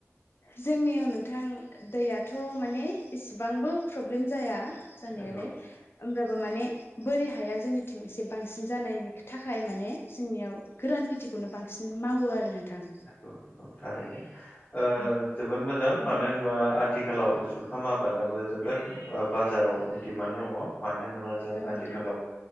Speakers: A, on the left; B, on the left.
A: जोंनियाव नोंथां दैयाथ' माने इसेबांबो प्रब्लेम जाया जानायालाय
B: नंगौ
A: होमब्लाबो माने बोरै हाया जोंनिथिं एसे बांसिन जानायनि थाखाय माने जोंनियाव गोरान खेथि बेखौनो बांसिन मावो आरो नोंथां
B: नंगौ थारैनो ओ
A: औ
B: जोबोर मोजां मानो होनबा आथिखालाव जुग - खाम आबादाबो जोबोद ओ बाजाराव डिमान्ड दङ मानो होनोबा जों
A: नोंथां
B: आथिखालाव